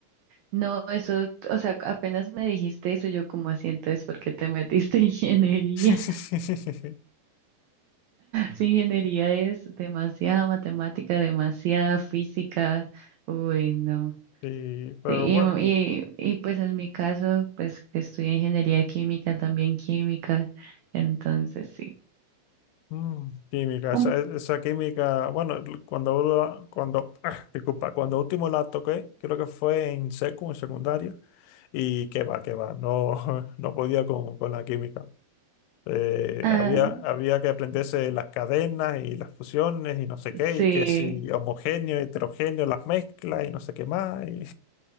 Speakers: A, on the right; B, on the left.
A: no, eso, o sea, apenas me dijiste eso, yo como así, entonces, ¿por qué te metiste en ingeniería?
B: <laughs>
A: Su ingeniería es demasiada matemática, demasiada física. Uy, no.
B: Sí, pero
A: Y,
B: bueno.
A: y, y pues en mi caso, pues que estudié ingeniería química, también química. Entonces, sí.
B: Mm, química, esa,
A: Un-
B: e, esa química, bueno, cuando, uno- cuando, <clears throat> ah, disculpa, cuando último la toqué, creo que fue en secu, en secundaria, y que va, que va, no, <laughs> no podía con, con la química. Eh,
A: ah,
B: había, había que aprenderse las cadenas y las fusiones y no sé
A: sí.
B: qué, y que si homogéneo, heterogéneo, las mezclas y no sé qué más. y